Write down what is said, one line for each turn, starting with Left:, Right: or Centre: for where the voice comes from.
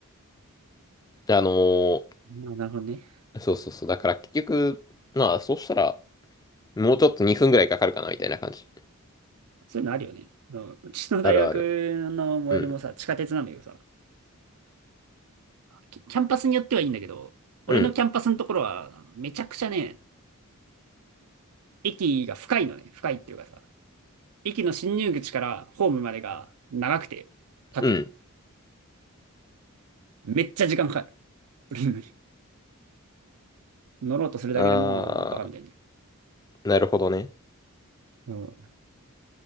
Left: あのー
Right: まあ、なるほどね。
Left: そうそうそう、だから結局、まあ、そうしたら、もうちょっと2分ぐらいかかるかな、みたいな感じ。
Right: そういうのあるよね。あのうちの大学
Left: あるある。
Right: の最寄りもさ、
Left: うん、
Right: 地下鉄なんだけどさ、キキャンパスによってはいいんだけど、俺のキャンパスのところは、
Left: うん、
Right: あのめちゃくちゃね、駅が深いのね。深いっていうかさ、駅の進入口からホームまでが長くて、縦に。
Left: うん。
Right: めっちゃ時間かかる。降りるのに乗ろうとするだけでも、
Left: あ
Right: もうバカみたいにね。
Left: ー、なるほどね。
Right: うん。